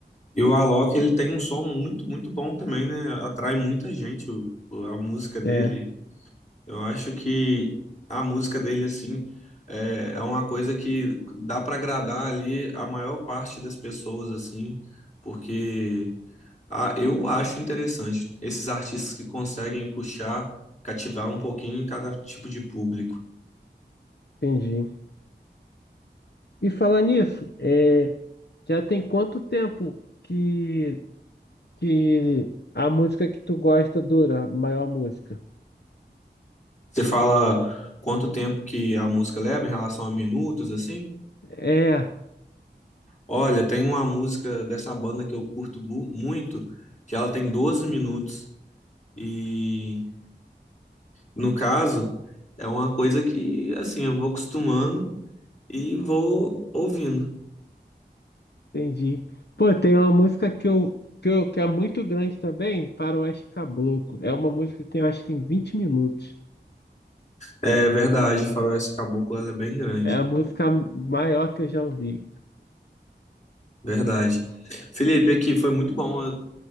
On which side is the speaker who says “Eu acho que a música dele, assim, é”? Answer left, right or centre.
Left